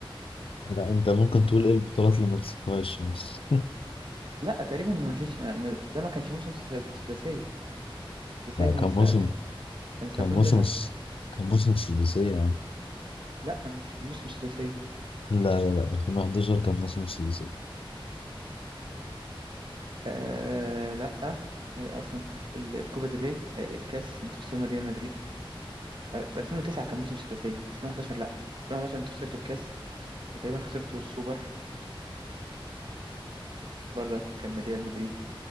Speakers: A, on the left; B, on the right.
A: لا انت ممكن تقول ايه البطولات اللي ما كسبتهاش <laughs>
B: لا تقريبا ما فيش ما- ما- ده ما كانش موسم سد- سداسية السداسية
A: لا
B: كانت
A: كان
B: في
A: موسم
B: 2000 كانت في
A: كان
B: 2009
A: موسم الس- كان موسم السداسية يعني
B: لا مش موسم سداسية
A: لا لا لا 2011 كان موسم السداسية
B: آه لا آه اصلا ال- الكوبا del ري آه الكاس انتوا خسرتوا من ريال مدريد آه، 2009 كان موسم سداسية 2011 لا 2011 انتوا خسرتوا الكاس وتقريبا خسرتوا السوبر برضه اكيد كان من ريال مدريد